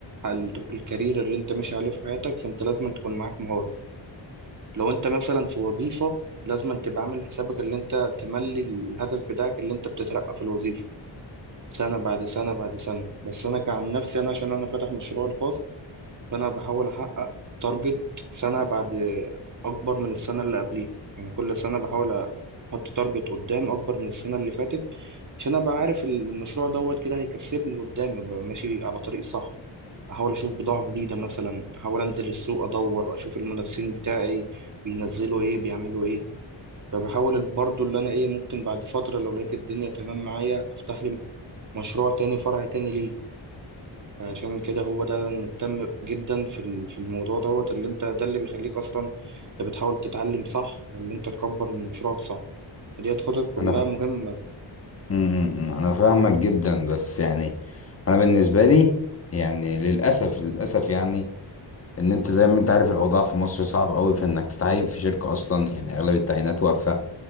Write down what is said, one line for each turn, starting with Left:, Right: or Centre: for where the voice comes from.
Right: ال- الكارير اللي انت ماشي عليه في حياتك فانت لازم تكون معاك مهارة لو انت مثلا في وظيفة لازم تبقى عامل حسابك اللي انت تملي الهدف بتاعك اللي انت بتترقى في الوظيفة سنة بعد سنة بعد سنة بس انا كعن نفسي انا عشان انا فاتح مشروع الخاص فانا بحاول احقق تارجت سنه بعد اكبر من السنه اللي قبليها يعني كل سنه بحاول احط تارجت قدام اكبر من السنه اللي فاتت عشان ابقى عارف المشروع دوت كده هيكسبني قدام ابقى ماشي على طريق صح احاول اشوف بضاعه جديده مثلا احاول انزل السوق ادور اشوف المنافسين بتاعي بينزلوا ايه بيعملوا ايه فبحاول برضو اللي انا ايه ممكن بعد فتره لو لقيت الدنيا تمام معايا افتح لي مشروع تاني فرع تاني ليه عشان كده هو ده اللي أنا مهتم جدا في ال- في الموضوع دوت اللي انت ده اللي بيخليك اصلا انت بتحاول تتعلم صح اللي انت تكبر من مشروعك صح ديت خطط كلها
Left: انا ف...
Right: مهمة
Left: امم انا فاهمك جدا بس يعني انا بالنسبة لي يعني للأسف للأسف يعني ان انت زي ما انت عارف الاوضاع في مصر صعب قوي في انك تتعين في شركه اصلا يعني اغلب التعيينات واقفه